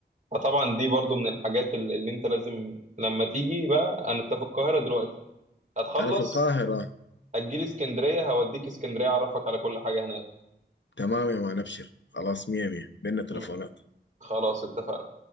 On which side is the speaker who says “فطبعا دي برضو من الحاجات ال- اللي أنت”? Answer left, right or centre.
Right